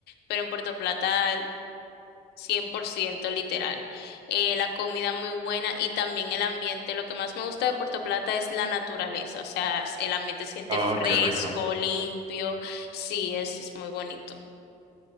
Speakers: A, on the left; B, on the right.
A: pero en Puerto Plata 100% literal. Eh, la comida muy buena y también el ambiente. Lo que más me gusta de Puerto Plata es la naturaleza, o sea, s- el ambiente se siente
B: Oh,
A: fresco,
B: qué rico.
A: limpio. Sí, es, es muy bonito.